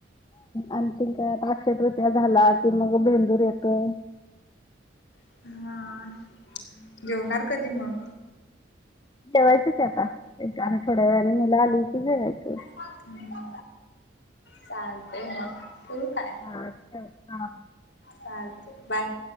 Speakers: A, on the left; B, on the left.
A: आणखीन काय आता अक्षयतृतीया झाला की मग भेंदूर येतो.
B: हा
A: आम्म
B: जेवणार कधी मग?
A: जेवायचच आता एक आणि थोड्या वेळाने मुला आली की जेवायच.
B: हम्म चालतय मग ठेवू काय?
A: आस हा
B: चालतय हा बाय